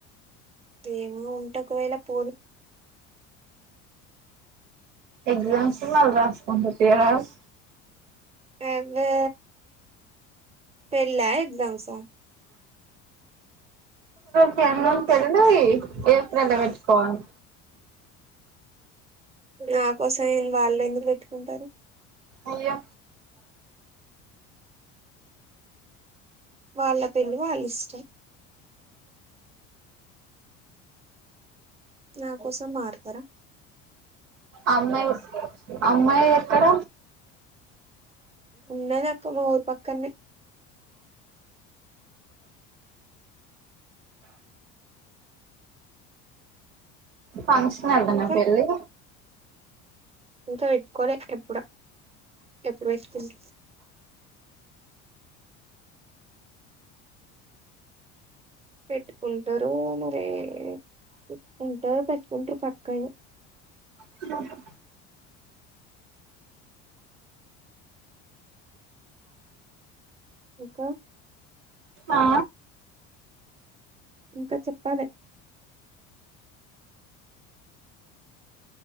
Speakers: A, on the right; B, on the right.
A: ఏమో ఉంటేకవేళ పోను
B: ఎగ్జామ్స్ మల్రాస్కుందు తియ్యరాదు
A: ఆబ్బె పెళ్లా ఎగ్జామ్స్ ఆ
B: మీ అన్న పెళ్లి ఏప్రెల్ల వెట్టుకోవాలి
A: ఇప్పుడు నా కోసం ఏ వాళ్లెందుకు పెట్టుకుంటరు
B: అయ్యో
A: వాళ్ళ పెళ్లి వాళ్ళ ఇష్టం నా కోసం మారతారా
B: అమ్మాయి అమ్మాయి ఎక్కడ
A: ఉన్నదక్క మా ఊర్ పక్కనే
B: ఫంక్షన్ హలోన
A: ఇంకా
B: పెళ్లి
A: ఇంకా వెట్టుకోలే ఎప్పుడ ఎప్పుడు వెట్కుంట్ర్ పెట్టుకుంటారు మరీ ఏమో ఉంటే పెట్టుకుంటారు పక్కయిగా
B: తిన్నావా
A: ఇంకా
B: ఆ
A: ఇంకా చెప్పాలె